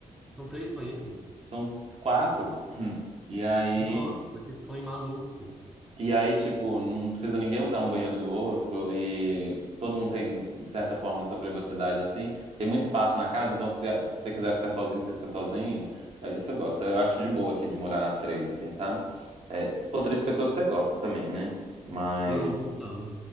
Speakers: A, in the centre; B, on the right (about 50°).
A: São três banheiros?
B: São quatro. <clears throat> E aí,
A: Nossa, que sonho maluco.
B: e aí, tipo, não precisa ninguém usar um banheiro do outro e todo mundo tem, de certa forma, sua privacidade, assim. Tem muito espaço na casa, então se, se você quiser ficar sozinho, você fica sozinho. É isso eu gosto. Eu acho de boa aqui de morar três, assim, sabe? É, se for três pessoas, você gosta também, né? Mas,
A: Não, total.